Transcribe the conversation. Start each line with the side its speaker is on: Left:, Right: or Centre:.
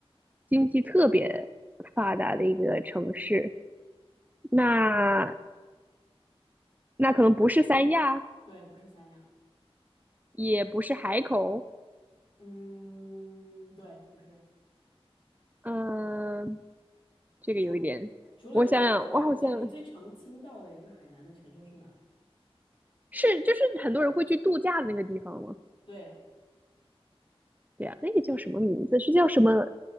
Right: 经济特别发达的一个城市。那那可能不是三亚，
Left: 对，不是三亚。
Right: 也不是海口，
Left: 嗯，对，不是。
Right: 嗯、这个有一点，
Left: 除除了这两个之外，
Right: 我想想，我好像
Left: 你最你最常听到的一个海南的城市是哪？
Right: 是就是很多人会去度假的那个地方吗？
Left: 对
Right: 对呀、那个叫什么名字？是叫什么